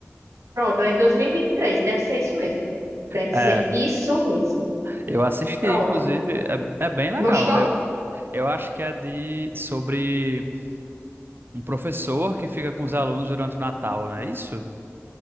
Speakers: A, on the right; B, on the right.
A: pronto, é de 2023. deve ser isso mesmo. Deve
B: É,
A: ser isso mesmo.
B: eu assisti,
A: Pronto.
B: inclusive, é, é bem legal.
A: Gostou?
B: Eu, eu acho que é de sobre um professor que fica com os alunos durante o Natal, não é isso?